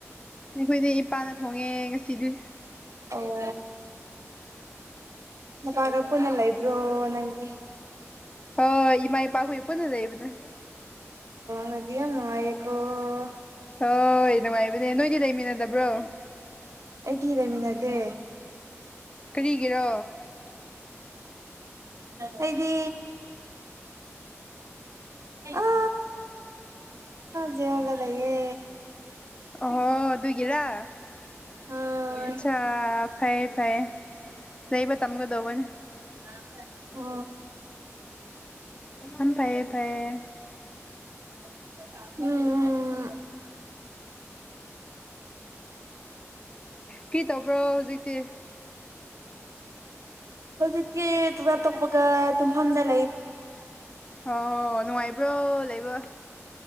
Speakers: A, on the left; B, on the right.
A: ꯑꯩꯈꯣꯏꯗꯤ ꯏꯄꯥꯅ ꯊꯣꯡꯉꯦ ꯉꯁꯤꯗꯤ
B: ꯑꯣ ꯃ ꯄꯒ ꯄꯨꯅ ꯂꯩꯕ꯭ꯔꯣ ꯅꯪꯗꯤ
A: ꯑ ꯏꯃꯥ ꯏꯄꯥ ꯈꯣꯏ ꯄꯨꯟꯅ ꯂꯩꯕꯅꯦ
B: ꯅꯣꯏꯗꯤ ꯌꯥꯝ ꯅꯨꯡꯉꯥꯏꯌꯦꯀꯣ ꯑꯣ
A: ꯍꯣꯏ ꯅꯨꯡꯉꯥꯏꯕꯅꯦ ꯅꯣꯏꯗꯤ ꯂꯩꯃꯤꯟꯅꯗꯕ꯭ꯔꯣ
B: ꯑꯩꯗꯤ ꯂꯩꯃꯤꯟꯅꯗꯦ
A: ꯀꯔꯤꯒꯤꯔꯣ
B: ꯑꯩꯗꯤ ꯑ ꯖꯦꯜ ꯗ ꯂꯩ ꯌꯦ
A: ꯑꯣ ꯑꯗꯨꯒꯤꯗꯔ
B: ꯍꯣꯏ
A: ꯑꯆꯥ ꯐꯩꯌꯦ ꯐꯩꯌꯦ ꯂꯩꯕ ꯇꯝꯒꯗꯧꯕꯅꯤ
B: <unintelligible>
A: ꯑꯝ ꯐꯥꯏꯌꯦ ꯐꯥꯏꯌꯦ
B: ꯎꯝ ꯎ
A: ꯀꯤ ꯇꯧꯕ꯭ꯔꯣ ꯍꯧꯖꯤꯛꯇꯤ
B: ꯍꯧꯖꯤꯛꯇꯤ ꯇꯨꯋꯦꯞ ꯇꯣꯛꯄꯒ ꯇꯨꯡꯐꯝꯗꯟ
A: ꯑꯣ ꯅꯨꯡꯉꯥꯏꯕ꯭ꯔꯣ ꯂꯩꯕ